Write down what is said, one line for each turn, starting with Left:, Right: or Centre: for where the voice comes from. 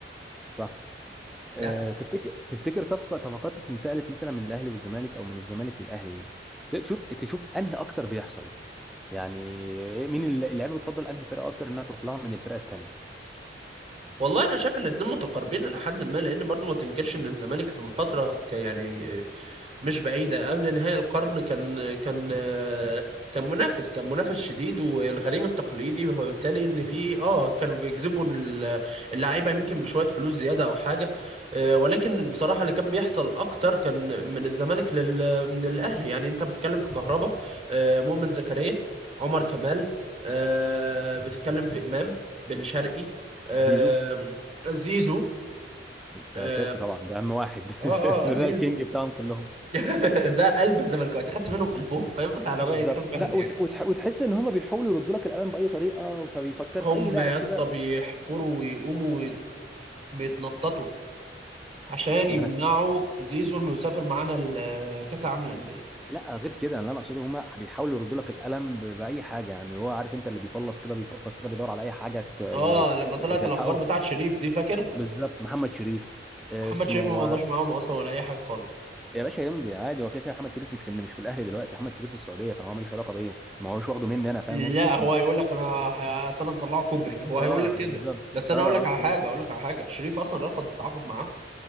Centre: صح اه
Right: لا
Centre: تفتكر تفتكر صفقه صفقات انتقلت مثلا من الاهلي والزمالك او من الزمالك للاهلي ت- تشوف تشوف انهي اكتر بيحصل يعني إيه، مين الل- اللعيبه بتفضل انهي فرقه اكتر انها تروح لها من الفرقه التانيه
Right: والله انا شايف الاتنين متقاربين الى حد ما لان برضو ما تنكرش ان الزمالك في فتره ك- يعني مش بعيده قبل نهاية القرن كان كان كان منافس كان منافس شديد والغريم التقليدي وبالتالي ان في اه كانوا بيجذبوا ال- اللعيبه يمكن بشويه فلوس زياده او حاجه آه، ولكن بصراحه اللي كان بيحصل اكتر كان من الزمالك لل من الاهلي يعني انت بتتكلم في كهربا آه، مؤمن زكريا عمر كمال آه، بتتكلم في امام بن شرقي آم،
Centre: زيزو
Right: زيزو
Centre: ده
Right: آم،
Centre: اساسي طبعا ده اهم واحد
Right: اه
Centre: <laughs>
Right: اه
Centre: ده ده
Right: زيزو
Centre: الكينج بتاعهم كلهم
Right: <laughs> ده قلب الزملكاويه خدت منهم قلبهم فاهم <laughs> على
Centre: بالظبط
Right: رأي اسلام مهدي
Centre: لا وت...
Right: يعني
Centre: وتح... وتحس ان هم بيحاولوا يردوا لك القلم باي طريقه فبيفكر
Right: هم
Centre: في اي لاعب
Right: يا
Centre: كده
Right: اسطى بيحفروا ويقوموا ويت- بيتنططوا عشان
Centre: ما
Right: يمنعوا
Centre: انا
Right: زيزو انه يسافر معانا ال- كاس العالم للأندية
Centre: لا غير كده يعني اللي انا اقصده هما بيحاولوا يردوا لك القلم ب- باي حاجه يعني هو عارف انت اللي بيفلص كده بيفلص كده بيدور على اي حاجه ت- ي-
Right: اه لما طلعت
Centre: تلحقه
Right: الاخبار بتاعت شريف دي فاكر
Centre: بالظبط محمد شريف آه،
Right: محمد
Centre: اسمه
Right: شريف ما مضاش
Centre: آه،
Right: معاهم اصلا ولا اي حاجه خالص
Centre: يا باشا يمضي عادي هو كده كده محمد شريف مش في مش في الاهلي دلوقتي محمد شريف في السعوديه فهو ملوش علاقه بيا ما هوش واخده مني انا فاهم
Right: لا
Centre: قصدي
Right: هو هيقول لك انا ه- أصل انا مطلعه كوبري هو
Centre: اه
Right: هيقول لك كده
Centre: بالظبط
Right: بس انا
Centre: اه
Right: اقول لك
Centre: اه
Right: على حاجه
Centre: اه
Right: اقول لك على حاجه شريف اصلا رفض التعاقد معاه